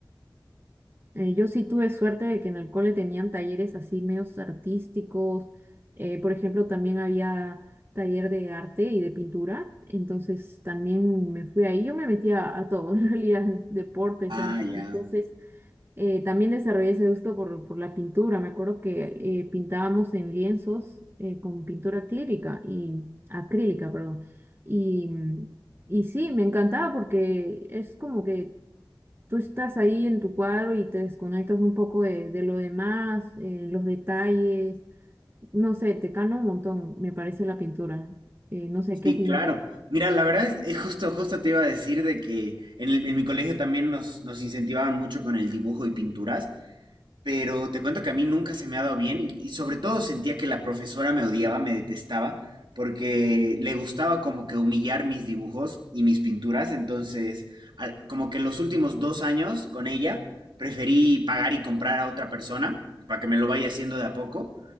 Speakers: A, on the right; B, on the right.
A: Eh, yo sí tuve suerte de que en el cole tenían talleres así medios artísticos. eh, por ejemplo, también había taller de arte y de pintura. Entonces también me fui ahí. Yo me metía a todo, <laughs> en realidad, deportes,
B: ah,
A: arte.
B: ya.
A: Entonces eh, también desarrollé ese gusto por, por la pintura. Me acuerdo que eh, pintábamos en lienzos eh, con pintura acrílica y acrílica, perdón. Y, y sí, me encantaba porque es como que tú estás ahí en tu cuadro y te desconectas un poco de, de lo demás, eh, los detalles, no sé, te cambia un montón, me parece la pintura. Eh, no sé,
B: Sí,
A: ¿qué opinas
B: claro.
A: tú?
B: Mira, la verdad es, es justo, justo te iba a decir de que en, el- en mi colegio también nos, nos incentivaban mucho con el dibujo y pinturas. pero te cuento que a mí nunca se me ha dado bien y, y sobre todo sentía que la profesora me odiaba, me detestaba, porque le gustaba como que humillar mis dibujos y mis pinturas, entonces al- como que los últimos dos años con ella preferí pagar y comprar a otra persona para que me lo vaya haciendo de a poco.